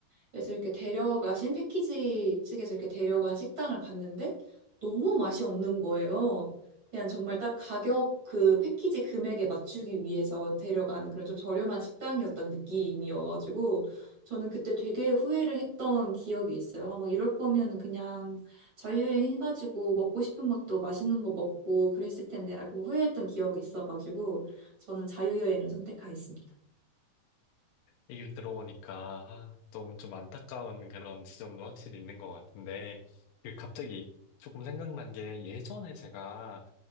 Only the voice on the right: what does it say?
그래서 이렇게 데려가신 패키지 측에서 이렇게 데려간 식당을 갔는데 너무 맛이 없는 거예요. 그냥 정말 딱 가격 그 패키지 금액에 맞추기 위해서 데려간 그런 좀 저렴한 식당이었던 느낌이어가지고 저는 그때 되게 후회를 했던 기억이 있어요. 막 이럴 거면은 그냥 자유여행 해가지고 먹고 싶은 것도 맛있는 거 먹고 그랬을 텐데라고 후회했던 기억이 있어가지고 저는 자유여행을 선택하겠습니다.